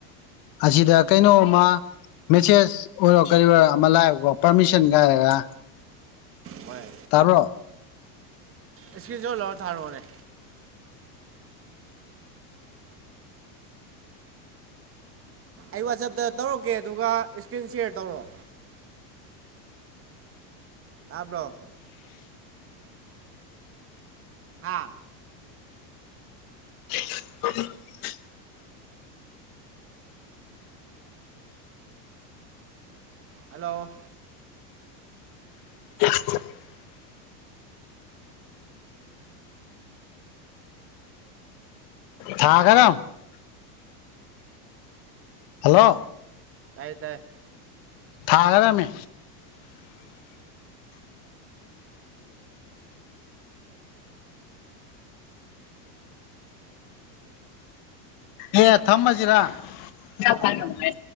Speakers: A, on the left; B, on the right.
A: ꯑꯁꯤꯗ ꯀꯩꯅꯣꯃ ꯃꯦꯁꯦꯁ ꯑꯣꯏꯔꯣ ꯀꯔꯤ ꯑꯣꯏꯔꯣ ꯑꯃ ꯂꯥꯛꯑꯦꯕꯀꯣ ꯄꯥꯔꯃꯤꯁꯟ ꯀꯥꯏꯔꯒ
B: ꯍꯣꯏ
A: ꯇꯕꯔꯣ
B: ꯏꯁꯀꯤꯔꯤꯁꯨ ꯂꯧꯔ ꯊꯥꯔꯨꯔꯑꯣꯅꯦ ꯑꯩ ꯋꯥꯆꯞꯇ ꯇꯧꯔꯛꯀꯦ ꯑꯗꯨꯒ ꯏꯁꯀ꯭ꯔꯤꯟ ꯁꯤꯌꯔ ꯇꯧꯔꯣ ꯇꯥꯕ꯭ꯔꯣ ꯍꯥ
A: <unintelligible>
B: ꯍꯜꯂꯣ
A: <unintelligible> ꯊꯥꯀꯔꯝ ꯍꯜꯂꯣ
B: ꯇꯥꯏ ꯇꯥꯏ
A: ꯊꯥꯒꯔꯃꯦ ꯑꯦ ꯊꯝꯃꯁꯤꯔꯥ ꯆꯄꯅꯅꯨꯡꯉ
B: ꯊꯝꯃꯣ ꯊꯝꯃꯣ